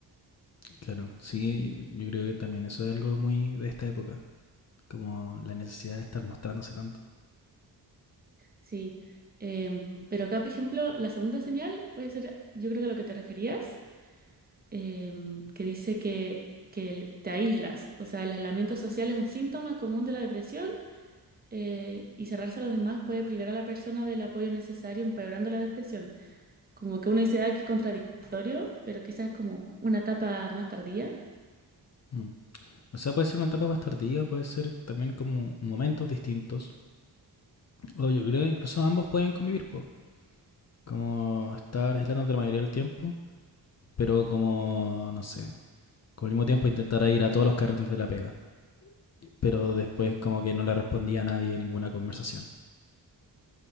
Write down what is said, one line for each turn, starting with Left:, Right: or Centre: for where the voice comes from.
Left: claro, sí, yo, yo creo que también eso es algo muy de esta época, como la necesidad de estar mostrándose tanto.
Right: Sí. Em, pero acá, por ejemplo, la segunda señal puede ser, yo creo que a lo que te referías, em, que dice que, que el- te aíslas. O sea, el aislamiento social es un síntoma común de la depresión eh, y cerrarse a los demás puede privar a la persona del apoyo necesario, empeorando la depresión. Como que uno dice, ah, qué contradictorio, pero quizás es como una etapa más tardía.
Left: Mm. O sea, puede ser una etapa más tardía, puede ser también como momentos distintos, O yo creo que incluso ambos pueden convivir, po. Como estar aislándote la mayoría del tiempo, pero como, no sé, como al mismo tiempo intentar ir a todos los carretes de la pega. Pero después como que no le respondía a nadie en ninguna conversación.